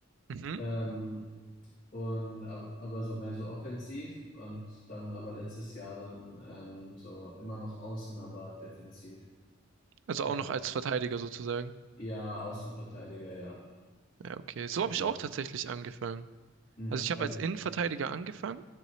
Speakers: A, on the right (about 70°); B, on the left (about 45°).
A: Mhm.
B: Ähm, Und aber, aber so mehr so offensiv und dann aber letztes Jahr dann ähm, so immer noch außen, aber defensiv.
A: Also
B: Ja.
A: auch noch als Verteidiger sozusagen.
B: Ja, Außenverteidiger, ja.
A: Ja, okay. So
B: Genau.
A: habe ich auch tatsächlich angefangen.
B: Hm,
A: Also ich
B: halt,
A: habe als Innenverteidiger angefangen